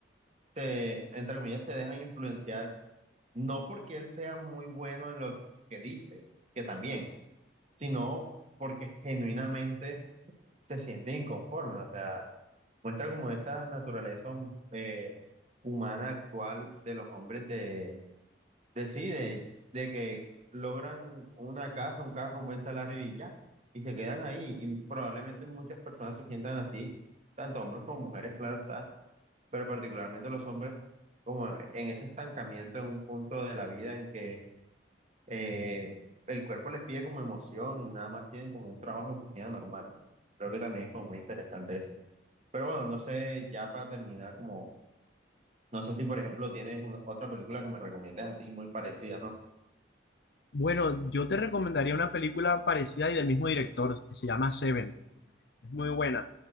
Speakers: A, on the right; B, on the left.
A: se, entre comillas, se dejan influenciar No porque él sea muy bueno en lo que dice, que también, sino porque genuinamente se siente inconforme, o sea, muestra como esa naturaleza hum- eh, humana actual de los hombres de, de sí, de, de que logran una casa, un carro, un buen salario y ya, y se quedan ahí, y probablemente muchas personas se sientan así, tanto hombres como mujeres, claro está, pero particularmente los hombres, como en ese estancamiento en un punto de la vida en que eh, el cuerpo les pide como emoción y nada más tienen como un trabajo de oficina normal. Creo que también es como muy interesante eso. Pero bueno, no sé, ya para terminar, como, no sé si por ejemplo tienes una- otra película que me recomiendes así muy parecida, ¿no?
B: Bueno, yo te recomendaría una película parecida y del mismo director, se llama Seven. Es muy buena.